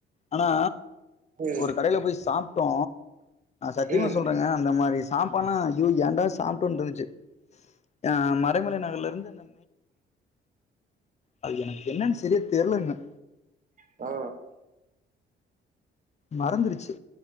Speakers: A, on the left; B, on the right.
A: ஆனா
B: ம்.
A: ஒரு கடையில போய் சாப்ட்டோ சத்தியமா
B: ம்.
A: சொல்றேங்க இந்த மாரி சாப்பாலா ஐயோ ஏண்டா சாப்டோனு இருந்துச்சு அ மறைமலை நகர்ல இருந்து இந்த அது எனக்கு என்னன் சரியா தெர்லுங்க
B: ஆ
A: மறந்துருச்சு